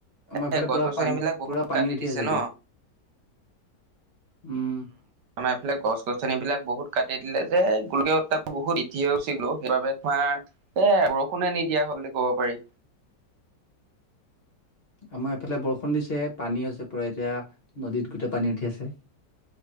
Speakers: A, on the left (about 40°); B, on the right (about 75°).
A: আমাৰ এইফালে
B: এ
A: পুৰা
B: গছ গছনিবিলাক
A: পানী পুৰা
B: বহুত
A: পানী
B: কাটি
A: উঠি
B: দিছে
A: আছে এতিয়া।
B: ন।
A: উম,
B: আমাৰ এইফালে গছ গছনি বিলাক বহুত কাটি দিলে যে গোলকিও উত্তাপ বহুত বৃদ্ধি হৈছে অ' সেইবাবে তোমাৰ এ বৰষুণে নিদিয়া হ'ল বুলি কব পাৰি।
A: আমাৰ এফালে বৰষুণ দিছে পানী হৈছে পোৰা এতিয়া নদীত গোটেই পানী উঠি আছে।